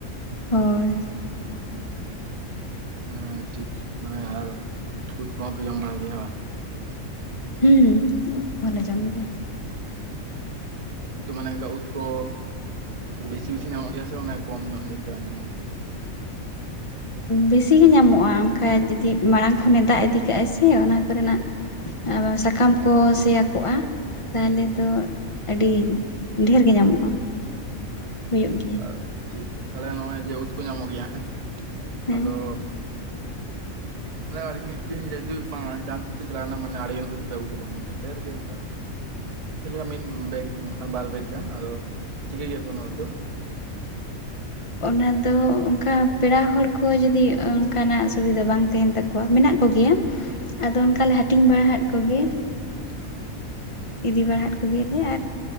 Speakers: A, on the left; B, on the right.
A: ᱦᱳᱭ
B: ᱦᱮᱸ ᱴᱷᱤᱠ ᱢᱟᱱᱮ ᱟᱨ ᱢᱟᱱᱮ ᱩᱫ ᱠᱚᱦᱚᱸ ᱯᱮ ᱡᱚᱢ ᱵᱟᱲᱟᱭ ᱜᱮᱭᱟ ᱵᱟᱝ?
A: ᱦᱩᱸ ᱩᱫᱽ ᱠᱚᱦᱚᱸ ᱞᱮ ᱡᱚᱢ ᱜᱮᱭᱟ᱾
B: ᱛᱚ ᱢᱟᱱᱮ ᱚᱱᱠᱟ ᱩᱫ ᱠᱚ ᱵᱮᱥᱤ- ᱵᱮᱥᱤ ᱧᱟᱢᱚᱜ ᱜᱮᱭᱟ ᱥᱮ ᱚᱱᱮ ᱠᱚᱢ ᱧᱚᱜ ᱞᱮᱠᱟ ᱧᱟᱢᱚᱜᱼᱟ?
A: ᱵᱮᱥᱤᱜ ᱜᱮ ᱧᱟᱢᱚᱜᱼᱟ, ᱚᱱᱠᱟᱱ ᱡᱩᱫᱤ ᱢᱟᱲᱟᱝ ᱠᱷᱚᱱᱮ ᱫᱟᱜ ᱤᱫᱤ ᱪᱤᱠᱟᱹᱜᱟᱭ ᱥᱮ ᱚᱱᱟ ᱠᱚᱨᱮᱱᱟᱜ ᱥᱟᱠᱟᱢ ᱠᱚ ᱥᱮᱭᱟᱠᱚᱜᱼᱟ᱾ ᱛᱟᱦᱚᱞᱮ
B: ᱴᱷᱤᱠ
A: ᱫᱚ
B: ᱴᱷᱤᱠ
A: ᱟᱹᱰᱤ ᱰᱷᱮᱨ ᱜᱮ ᱧᱟᱢᱚᱜᱼᱟ᱾ ᱦᱩᱭᱩᱜ ᱜᱮᱭᱟ
B: ᱦᱮᱸ ᱴᱷᱤᱠ ᱛᱟᱦᱞᱮ ᱱᱚᱜᱼᱚᱭ ᱡᱮ ᱩᱫᱽ ᱠᱚ ᱧᱟᱢᱚᱜ ᱜᱮᱭᱟ, ᱦᱮᱸ
A: ᱦᱮᱸ
B: ᱟᱫᱚ ᱢᱟᱱᱮ ᱟᱹᱰᱤ ᱢᱤᱫ ᱫᱤᱱ ᱡᱩᱫᱤ ᱵᱟᱝ ᱡᱟᱦᱟᱸᱟᱱ ᱛᱤᱥ ᱯᱮ ᱪᱟᱞᱟᱣ ᱠᱟᱱᱟ ᱢᱟᱱᱮ ᱟᱹᱰᱤᱜᱟᱱ ᱩᱫ ᱯᱮ ᱟᱹᱜᱩ ᱠᱮᱫᱟ, ᱢᱟᱱᱮ ᱰᱷᱮᱨ ᱜᱮ ᱚᱱᱠᱟ ᱪᱮᱫ ᱞᱮᱠᱟ ᱢᱤᱫ ᱵᱮᱜᱽᱟᱱ ᱵᱟᱨ ᱵᱮᱜᱽ ᱜᱟᱱ ᱟᱫᱚ ᱪᱤᱠᱟᱹ ᱜᱮᱭᱟ ᱯᱮ ᱩᱱᱟᱹᱜ ᱫᱚ?
A: ᱚᱱᱟ ᱫᱚ ᱚᱱᱠᱟ ᱯᱮᱲᱟ ᱦᱚᱲ ᱠᱚ ᱡᱩᱫᱤ ᱚᱱᱠᱟᱱᱟᱜ ᱥᱩᱵᱤᱫᱷᱟ ᱵᱟᱝ ᱛᱟᱦᱮᱱ ᱛᱟᱠᱚᱣᱟ ᱢᱮᱱᱟᱜ ᱠᱚᱜᱮᱭᱟ, ᱟᱫᱚ ᱚᱱᱠᱟᱞᱮ ᱦᱟᱹᱴᱤᱧ ᱵᱟᱲᱟ ᱟᱫ ᱠᱚᱜᱮ
B: ᱚ
A: ᱤᱫᱤ ᱵᱟᱲᱟᱫ ᱠᱚᱜᱮᱭᱟᱞᱮ ᱟᱨ